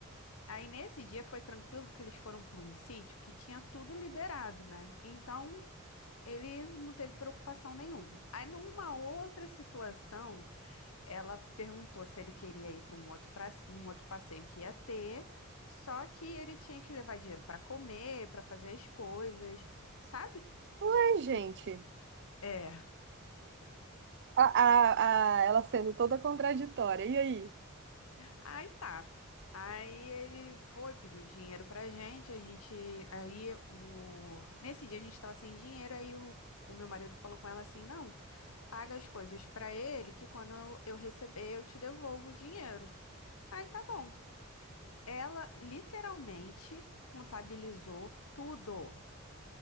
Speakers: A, on the left; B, on the right.
A: Aí, nesse dia, foi tranquilo, porque eles foram para um sítio que tinha tudo liberado, né? Então, ele não teve preocupação nenhuma. Aí, numa outra situação ela perguntou se ele queria ir para um outro pra, um outro passeio que ia ter, só que ele tinha que levar dinheiro para comer, para fazer as coisas, sabe?
B: Ué, gente,
A: Eu- É.
B: a, a, a, ela sendo toda contraditória. E aí?
A: Aí tá. Aí ele foi, pediu dinheiro pra gente, a gente, aí o nesse dia a gente tava sem dinheiro, aí o O meu marido falou com ela assim: não, paga as coisas para ele, que quando eu, eu receber, eu te devolvo o dinheiro. Aí tá bom. Ela literalmente contabilizou tudo.